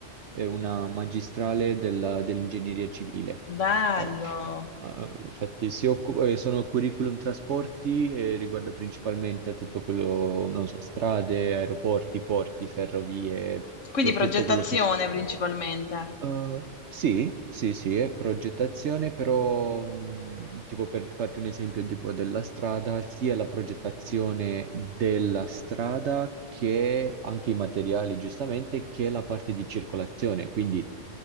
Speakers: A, on the right; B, on the left.
A: è una magistrale della- dell'ingegneria civile.
B: Bello!
A: Ah, ah, infatti si occupa, eh, sono curriculum trasporti e riguarda principalmente tutto quello, non so, strade, aeroporti, porti, ferrovie,
B: Quindi
A: cioè
B: progettazione
A: tutto quello che si muove.
B: principalmente.
A: Uh, sì, sì, sì, è progettazione, però mh, tipo per farti un esempio tipo della strada, sia la progettazione della strada che anche i materiali, giustamente, che la parte di circolazione, quindi